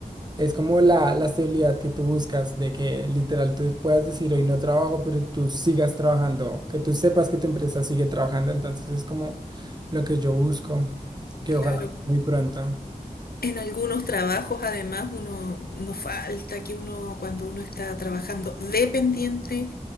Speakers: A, on the right (about 30°); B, on the left (about 85°).
A: es como la, la estabilidad que tú buscas, de que literal tú puedas decir hoy no trabajo, pero tú sigas trabajando, que tú sepas que tu empresa sigue trabajando, entonces es como lo que yo busco, que
B: Claro.
A: ojalá muy pronto.
B: En algunos trabajos, además, uno nos falta que uno, cuando uno está trabajando dependiente,